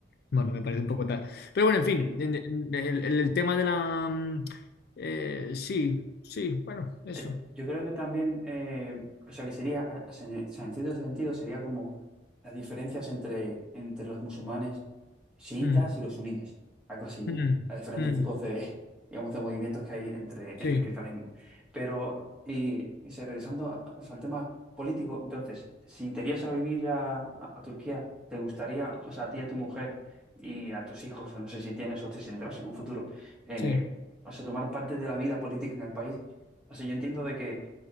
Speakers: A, on the left (about 60°); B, in the centre.
A: bueno,
B: Mm.
A: me parece un poco tal. Pero bueno, en fin,
B: Sí.
A: en- en- el, el- el tema de la... mm, eh, sí, sí, bueno, eso.
B: Eh, Yo creo que también, eh, o sea, que sería, a- a- se- o sea, en cierto sentido, sería como las diferencias entre, entre los musulmanes chiitas
A: Mm,
B: y los suníes, algo así,
A: mm,
B: a diferentes
A: mm,
B: tipos de, <laughs> digamos, de movimientos que hay entre,
A: sí,
B: entre el cristianismo. Pero, y, y se- regresando a- o sea, al tema político, entonces, si te irías a vivir a, a- a Turquía, ¿te gustaría, o sea, a ti y a tu mujer y a tus hijos, no sé si tienes o te si tendrás en un futuro, eh,
A: sí.
B: o sea, tomar parte de la vida política en el país? O sea, yo entiendo de que,